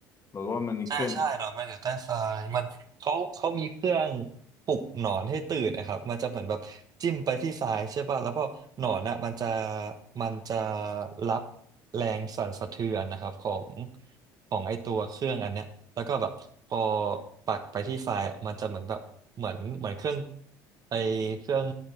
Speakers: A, on the left; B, on the right.
A: หรือว่ามันมีเครื่อง
B: ใช่ใช่หนอนมันอยู่ใต้ทรายมันเขาเขามีเครื่องปลุกหนอนให้ตื่นนะครับมันจะเหมือนแบบจิ้มไปที่ทรายใช่ป่ะแล้วพอหนอนอ่ะมันจะมันจะรับแรงสั่นสะเทือนนะครับของของไอตัวเครื่องอันเนี้ยแล้วก็แบบพอปักไปที่ทรายอะมันจะเหมือนแบบเหมือนเหมือนเครื่องไอเครื่อง